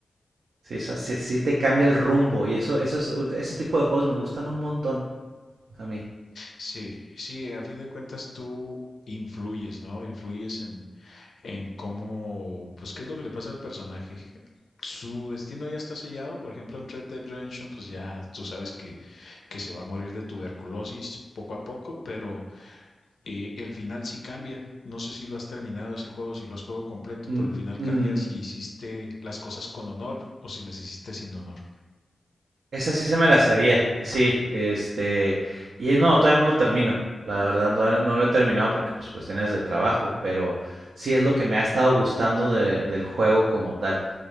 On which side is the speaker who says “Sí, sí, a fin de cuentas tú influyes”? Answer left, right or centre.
Left